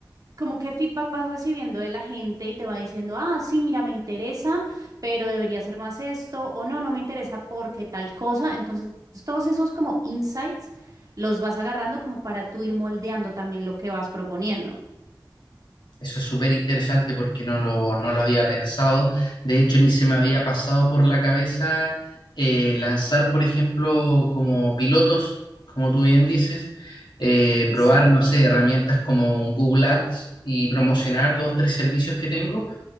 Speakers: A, on the right; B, on the left.
A: como qué feedback vas recibiendo de la gente y te va diciendo, ah, sí, mira, me interesa, pero debería ser más esto, o no, no me interesa porque tal cosa. Entonces, todos esos como insights los vas agarrando como para tú ir moldeando también lo que vas proponiendo.
B: Eso es súper interesante porque no lo, no lo había pensado. De hecho, ni se me había pasado por la cabeza eh, lanzar, por ejemplo, como pilotos, como tú bien dices, eh,
A: Exacto.
B: probar, no sé, herramientas como un Google Ads y promocionar dos, tres servicios que tengo